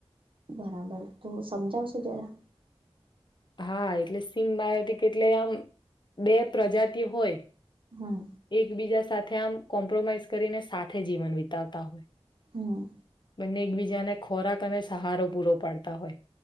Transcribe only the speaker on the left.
હા, એટલે સિમ્બાયોટિક એટલે આમ, બે પ્રજાતિ હોય
એકબીજા સાથે આમ કોમ્પ્રોમાઈઝ કરીને સાથે જીવન વિતાવતા હોય
બંને એકબીજાને ખોરાક અને સહારો પૂરો પાડતા હોય